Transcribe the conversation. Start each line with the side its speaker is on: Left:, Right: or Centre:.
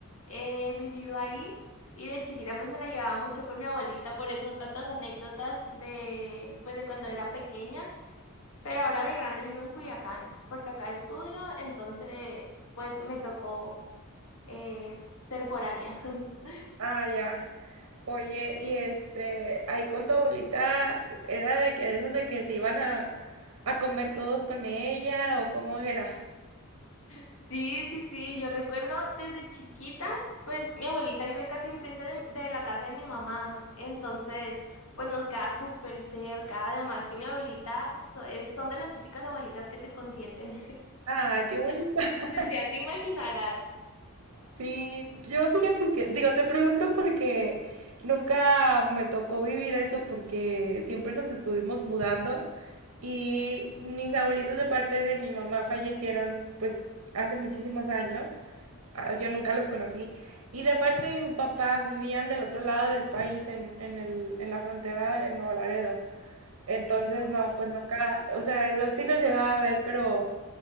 Left: he vivido ahí y de chiquita pues me la llevaba mucho con mi abuelita, por eso tantas anécdotas de, pues de cuando era pequeña, pero ahora de grande vivo en Culiacán, porque acá estudio, entonces pues me tocó eh, ser foránea. <laughs>
Right: Ah, ya. Oye, y este, ahí con tu abuelita, ¿era de que de esos de que se iban a, a comer todos con ella o cómo era?
Left: Sí, sí, sí, yo recuerdo desde chiquita, pues mi abuelita vive casi enfrente de, de la casa de mi mamá, entonces pues nos queda súper cerca, además que mi abuelita so- es- son de las típicas abuelitas que te consienten,
Right: Ay, qué bonita.
Left: <laughs>
Right: <laughs>
Left: y pues ya te imaginarás.
Right: Sí, yo fíjate que, digo, te pregunto porque nunca me tocó vivir eso porque siempre nos estuvimos mudando y mis abuelitos de parte de mi mamá fallecieron pues hace muchísimos años. Ah, Yo nunca los conocí. Y de parte de mi papá vivían del otro lado del país, en, en el, en la frontera de Nuevo Laredo. Entonces,
Left: Ok.
Right: no, pues nunca, o sea, los sí los llegaba a ver, pero